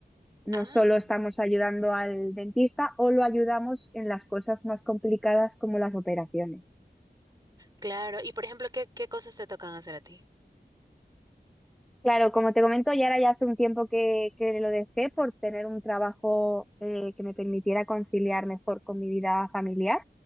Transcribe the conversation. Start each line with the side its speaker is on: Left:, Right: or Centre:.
Centre: No
Right: Ah,
Centre: solo estamos ayudando al dentista o lo ayudamos en las cosas más complicadas como las operaciones.
Right: claro. Y por ejemplo, ¿qué, qué cosas te tocan hacer a ti?
Centre: Claro, como te comento, ya ahora ya hace un tiempo que, que lo dejé por tener un trabajo eh, que me permitiera conciliar mejor con mi vida familiar,